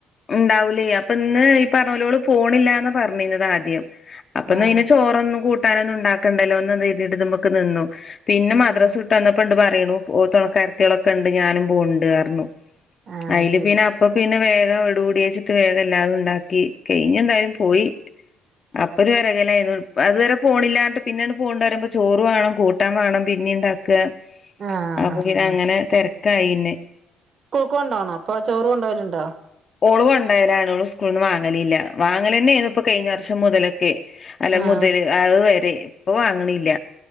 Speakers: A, on the left; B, on the right.
A: ഇണ്ടാവുലെ അപ്പ ഇന്ന് ഈ പറഞ്ഞൂലോള് പോണില്ലാന്ന് പർഞ്ഞീ ന്നത് ആദ്യം. അപ്പ ഇന്ന്
B: ആഹ്
A: അയിന് ചോറൊന്നും കൂട്ടാന് ഒന്നും ഇണ്ടാക്കണ്ടല്ലോ ഇന്നയ്തീട്ട് ഇതിമക്ക് നിന്നു. പിന്നെ മദ്രസ്
B: ആഹ്
A: വിട്ടന്നപ്പോ ഇണ്ട് പറയ്ണു ഓഹ് തൊണക്കാര് ത്തിളൊക്കെ ഇണ്ട് ഞാനും പോവ്ണ്ട്ർണു.
B: ആഹ്
A: അയില്
B: ശരി
A: പിന്നെ അപ്പ പിന്നെ വേഗം എട് പുടിയേച്ചിട്ട് വേഗം എല്ലാത് ഉണ്ടാക്കി. കെഴിഞ്ഞ എന്തായാലും പോയി. അപ്പ ഒര് വെരകലായിരുന്നു. അത് വരെ പോണില്ലാർഞ്ഞിട്ട് പിന്നണ് പോവ്ണ്ടറിമ്പ ചോറ് വേണം കൂട്ടാൻ വേണം പിന്നീം ഇണ്ടാക്ക്‌.
B: ആഹ്
A: അപ്പ പിന്നെ അങ്ങനെ തെരക്കായിന്നെ.
B: കൂക്ക് കൊണ്ടോണോ അപ്പൊ ചോറ് കൊണ്ടോലുണ്ടോ?
A: ഓള് കൊണ്ടയലാണ്. ഓള് സ്കൂൾന്ന് വാങ്ങലില്ല. വാങ്ങലെന്നെ ആണ് ഇപ്പ കഴിഞ്ഞ വർഷം മുതലൊക്കെ അല്ല
B: ആഹ്
A: മുതല് അഹ് വരെ ഇപ്പൊ വാങ്ങ് ണില്ല.